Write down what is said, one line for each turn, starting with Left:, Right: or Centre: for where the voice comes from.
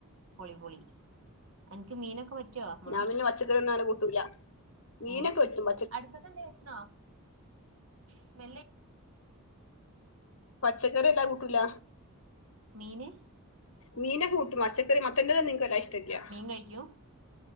Right: പൊളി പൊളി. അൻക്ക് മീനൊക്കെ പറ്റിയോ? മണം.
Left: ഞാൻ പച്ചക്കറി ഒന്നങ്ങനാ കൂട്ടൂല്ല. മീനൊക്കെ
Right: ഏഹ്
Left: പറ്റും
Right: അടുപ്പത്തെന്താ വെച്ച്ക്ക്‌ണോ? സ്മെല്ല്
Left: പച്ചക്കറി വല്ലാതാ കൂട്ടൂല്ല.
Right: മീന്
Left: മീന് കൂട്ടും പച്ചക്കറി മത്തൻന്റല ന്നും ഇൻക്ക് വല്ലാതെ ഇഷ്ടല്ലാ.
Right: കയിക്കും